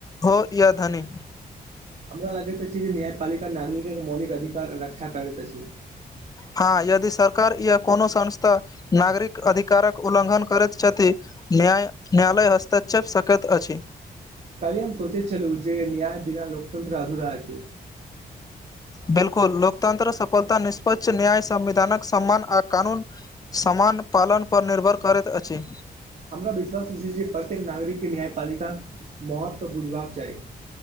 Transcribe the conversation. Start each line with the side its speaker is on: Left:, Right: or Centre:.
Left: हो या धनी
Right: हमरा लगैत छी जे न्यायपालिका नागरिकके मौलिक अधिकार रक्षा करैत छै
Left: हँ यदि सरकार या कोनो संस्था नागरिक अधिकारक उल्लंघन करैत छथि न्याय न्यालय हस्तक्षेप सकत अछि
Right: काली हम सोचै छलहुँ जे न्याय बिना लोकतंत्र अधूरा अछि
Left: बिलकुल लोकतंत्र सफलता निष्पक्ष न्याय संविधानक सम्मान आ कानून समान पालनपर निर्भर करैत अछि
Right: हमरा विश्वास छी जे प्रत्येक नागरिक के न्यायपालिका महत्व बुझबाक चाही